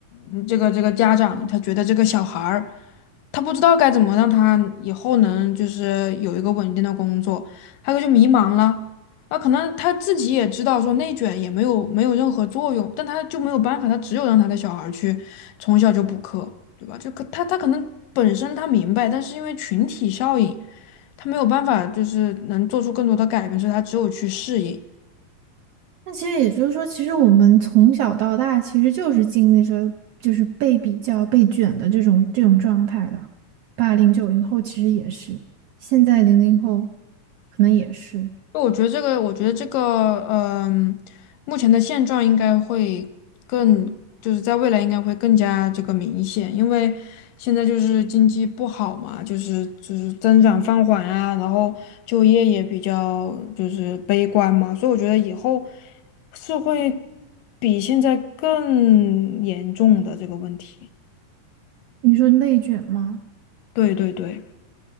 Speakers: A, on the left; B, on the right.
A: 嗯这个这个家长他觉得这个小孩儿，他不知道该怎么让他以后能就是有一个稳定的工作，还有就迷茫了。啊，可能他自己也知道说内卷也没有没有任何作用，但他就没有办法，他只有让他的小孩儿去从小就补课，对吧？就可他他可能本身他明白，但是因为群体效应，他没有办法就是能做出更多的改变，所以他只有去适应。
B: 那其实也就是说，其实我们从小到大其实就是经历着就是被比较、被卷的这种这种状态的。八零九零后其实也是，现在零零后可能也是。
A: 我觉得这个，我觉得这个，嗯、目前的现状应该会更，就是在未来应该会更加这个明显，因为现在就是经济不好嘛，就是就是增长放缓啊，然后就业也比较就是悲观嘛，所以我觉得以后是会比现在更严重的这个问题。
B: 你说内卷吗？
A: 对对对。